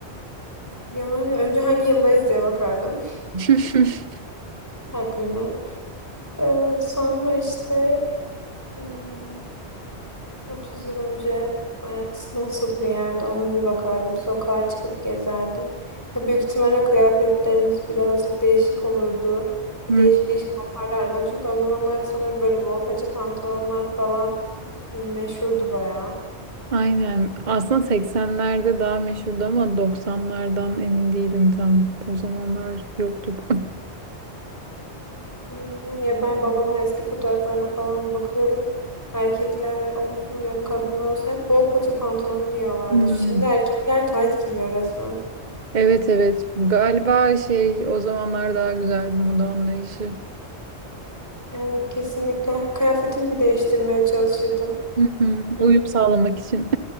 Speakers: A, on the left; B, on the right.
A: Yani önce hangi yıldayız diye bakardım
B: <laughs>
A: <laughs> takvime. Ee, sonra işte hmm, 30 yıl önce hayat nasıl bir yerde onu bir bakardım. Sokağa çıkıp gezerdim. Ya büyük ihtimalle kıyafetlerimiz birazcık değişik olurdu. Bir
B: Hı.
A: değişik değişik bakarlar. Ben çünkü o zamanlarda sanırım böyle bol paça pantolonlar falan meşhurdu bayağı.
B: Aynen aslında 80'lerde daha meşhurdu ama 90'lardan emin değilim tam o zamanlar yoktuk. <laughs>
A: Aynen. Ya ben babamın eski fotoğraflarına falan bakıyorum. Erkekler olsun ya kadınlar olsun hep bol paça pantolon giyiyorlardı.
B: Hı.
A: Şimdi erkekler tayt giyiyor resmen.
B: Evet evet galiba şey o zamanlar daha güzeldi moda anlayışı.
A: Evet kesinlikle. Kıyafetimi bir değiştirmeye çalışırdım.
B: Hı hı.
A: Çünkü
B: Uyum sağlamak için.